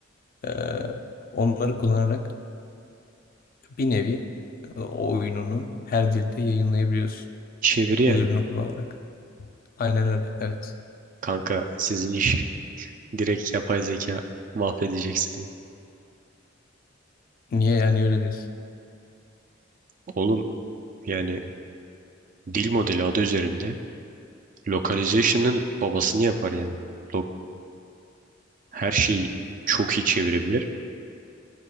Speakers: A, on the left; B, on the right.
A: E, onları kullanarak bir nevi e, o oyununu her dilde yayınlayabiliyorsun.
B: Çeviri
A: Bu
B: yani.
A: ürünü kullanarak. Aynen öyle. Evet.
B: Kanka sizin iş direkt yapay zeka mahvedecek sizi.
A: Niye yani öyle diyorsun?
B: <laughs> Oğlum yani Dil modeli adı üzerinde localization'ın babasını yapar yani. Lo- Her şeyi çok iyi çevirebilir.